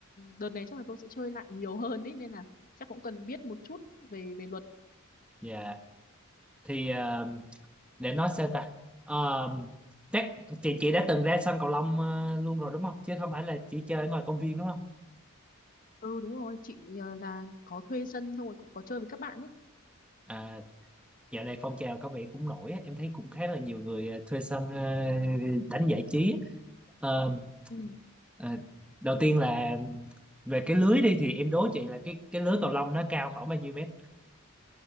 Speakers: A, on the left (about 40°); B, in the centre.
A: đợt này chắc là tôi sẽ chơi lại nhiều hơn ấy nên là chắc cũng cần biết một chút về về luật
B: dạ thì um, để nói sao ta Um, chắc chị chị đã từng ra sân cầu lông uh, luôn rồi đúng không chứ không phải là chỉ chơi ở ngoài công viên đúng không
A: ừ đúng rồi chị ờ, là có thuê sân xong rồi cũng có chơi với các bạn ấy
B: à Dạo này phong trào có vẻ cũng nổi á, em thấy cũng khá là nhiều người ờ, thuê sân ờ, đánh giải trí á. Ờ,
A: ừ,
B: ờ, đầu tiên là về cái lưới đi thì em đố chị là cái cái lưới cầu lông nó cao khoảng bao nhiêu mét?